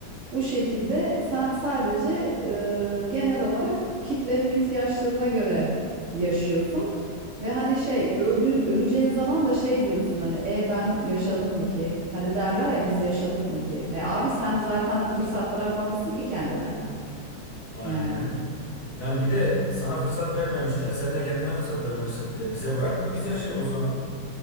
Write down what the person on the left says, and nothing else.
Aynen
öyle. Yani bir de sana fırsat vermemişler. Sen de kendine fırsat vermemişsin. E bize bırak da biz yaşayalım o zaman.